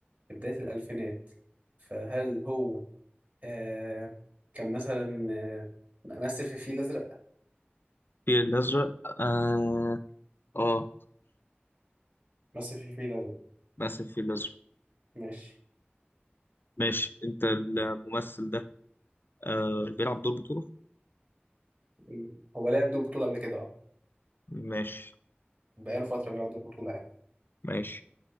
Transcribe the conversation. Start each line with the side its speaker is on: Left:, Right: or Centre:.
Right: في بداية الألفينات فهل هو آه كان مثلا آه مثل في الفيل الأزرق؟
Left: في الأزرق اه اه
Right: مثل في الفيل الأزرق
Left: مثل في الأزرق
Right: ماشي
Left: ماشي أنت الممثل ده آه بيلعب دور بطولة
Right: م- هو لعب دور بطولة قبل كده اه
Left: ماشي
Right: بقاله فترة بيلعب دور بطولة يعني
Left: ماشي